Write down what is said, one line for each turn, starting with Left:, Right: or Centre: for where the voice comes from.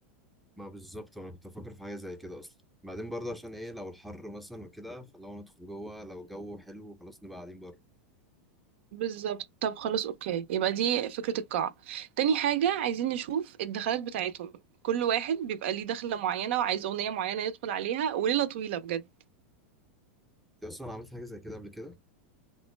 Centre: ما بالظبط وأنا كنت بفكر في حاجة زي كده أصلا بعدين برضه عشان إيه لو الحر مثلا وكده فلو ندخل جوه لو الجو حلو خلاص نبقى قاعدين بره
Right: بالظبط طب خلاص اوكي يبقى دي فكرة القاعة تاني حاجة عايزين نشوف الدخلات بتاعتهم كل واحد بيبقى ليه دخلة معينة وعايز أغنية معينة يدخل عليها وليلة طويلة بجد
Centre: دي أصلا عملت حاجة زي كده قبل كده